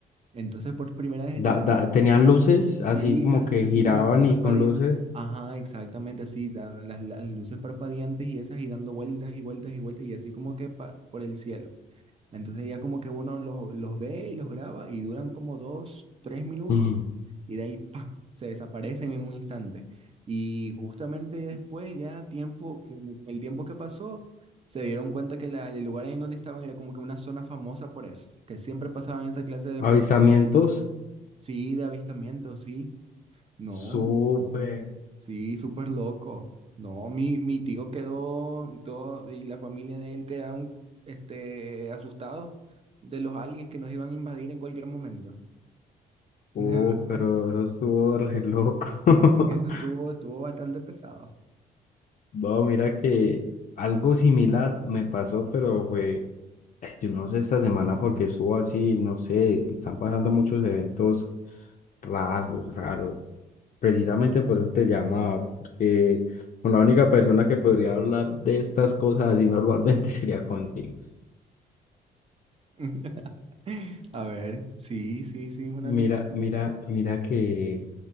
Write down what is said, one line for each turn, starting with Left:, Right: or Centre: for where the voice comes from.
Right: Entonces por primera vez
Left: Da,
Right: estaba,
Left: da- tenían luces así
Right: sí,
Left: como
Right: las
Left: que
Right: lucecitas
Left: giraban
Right: esas parpadean.
Left: y con luces.
Right: Ajá, exactamente así, da- las, las luces parpadeantes y esas y dando vueltas y vueltas y vueltas y así como que pa- por el cielo. Entonces ya como que uno los, los ve y los graba y duran como dos, tres minutos
Left: Ujú.
Right: y de ahí ¡pa! se desaparecen en un instante. Y justamente después ya tiempo, que- el tiempo que pasó, se dieron cuenta que la- el lugar en donde estaban era como que una zona famosa por eso, que siempre pasaban esa clase de...
Left: Avisamientos,
Right: pro- Sí, de avistamientos, sí. No,
Left: súper,
Right: muy, sí, súper loco. No, mi, mi tío quedó y todo y la familia de él quedaron este, asustados de los aliens que nos iban a invadir en cualquier momento.
Left: uh,
Right: <laughs>
Left: pero eso estuvo re loco. <laughs>
Right: Sí, eso estuvo, estuvo bastante pesado.
Left: No, mira que algo similar me pasó, pero fue, eh, yo no sé esta semana porque estuvo así, no sé, están pasando muchos eventos raros, raros. Precisamente por eso te llamaba, porque con la única persona que podría hablar de estas cosas así normalmente <laughs> sería contigo.
Right: <laughs> A ver, sí, sí, sí, es una
Left: Mira,
Right: locura.
Left: mira, mira que